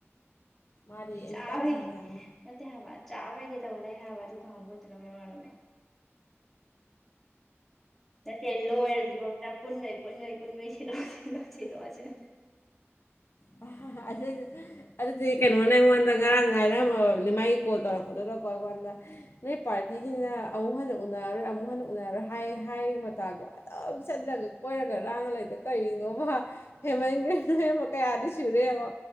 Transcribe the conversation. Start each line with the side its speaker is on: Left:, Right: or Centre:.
Left: ꯃꯥꯗꯤ ꯑꯦꯅꯤ
Centre: ꯆꯥꯕꯩ
Left: ꯇꯥꯏꯝ ꯁꯪꯉꯤ ꯍꯥꯏꯕꯅꯤ
Centre: ꯅꯠꯇꯦ ꯍꯥꯏꯕ ꯆꯥꯕꯩꯗ ꯇꯧ ꯂꯩ ꯍꯥꯏꯕ ꯑꯗꯨ ꯀꯥꯡꯕꯨꯗꯨꯅ ꯃꯔꯣꯟ ꯑꯃ ꯅꯠꯇꯦ ꯂꯣꯏꯔꯖꯤꯕꯧꯇ ꯄꯨꯟꯕꯩ ꯄꯨꯟꯕꯩ ꯄꯨꯟꯕꯩ ꯁꯤꯜꯂꯛꯑꯣ ꯁꯤꯜꯂꯣ ꯁꯤꯜꯂꯣ ꯁꯤꯜꯂꯣ
Left: <unintelligible> ꯑꯗꯨꯗꯤ ꯀꯩꯅꯣꯅ ꯑꯩꯉꯣꯟꯗ ꯉꯔꯥꯡ ꯍꯥꯏꯔꯝꯃꯕꯅꯤ ꯃꯥꯏ ꯀꯣꯜ ꯇꯧꯔꯛꯄꯗꯨꯗꯀꯣ ꯑꯩꯉꯣꯟꯗ ꯅꯣꯏ ꯄꯥꯔꯇꯤꯖꯤꯅ ꯑꯃꯨꯛ ꯍꯟꯅ ꯎꯅꯔꯔꯣꯏ ꯑꯃꯨꯛ ꯍꯟꯅ ꯎꯅꯔꯣꯏ ꯍꯥꯏ ꯍꯥꯏꯔꯦꯇꯥꯗꯣ ꯗꯨꯝ ꯆꯠꯂꯒ ꯀꯣꯏꯔꯒ ꯂꯥꯡꯉ ꯂꯩꯗꯣ ꯀꯩꯒꯤꯅꯣꯕ ꯍꯦꯃꯟꯒ꯭ꯔꯦ ꯅꯣꯏ ꯑꯃ ꯀꯌꯥꯗꯤ ꯁꯨꯔꯦ ꯌꯦꯡꯉꯣ